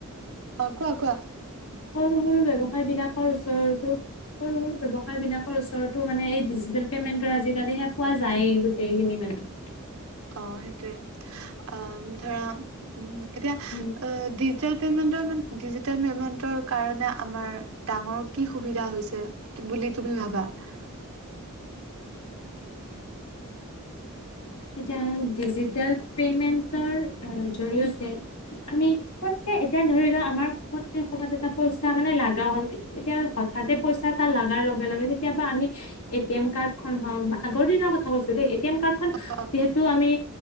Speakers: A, on the right (about 80°); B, on the left (about 80°).
A: অ', কোৱা কোৱা।
B: সৰু সৰু ব্যৱসায় বিলাকৰ ওচৰতো সৰু সৰু ব্যৱসায় বিলাকৰ ওচৰতো মানে এই ডিজিটেল পেমেণ্টৰ আজিকালিহে পোৱা যায়ে গোটেইখিনি মানে
A: অ', সেইটোৱে, আহ ধৰা, উম এতিয়া
B: উম
A: অ ডিজিটেল পেমেণ্ট হ'ল ডিজিটেল পেমেন্টৰ কাৰণে আমাৰ ডাঙৰ কি সুবিধা হৈছে বুলি তুমি ভবা? বা
B: <inaudible> এতিয়া ডিজিটেল পেমেন্টৰ আ জৰিয়তে আমি এ এতিয়া ধৰি লোৱা আমাৰ পতকে ক'ৰাত এটা পইচা মানে লগা হ'ল। এতিয়া হঠাতে
A: উম
B: পইচা এটা লাগাৰ লগে লগে-লগে কেতিয়াবা আমি এ টি এম কাৰ্ডখন হওঁক বা আগৰ দিনৰ কথা কৈছো দেই এ টি এম কাৰ্ডখন
A: অ
B: যিহেতু আমি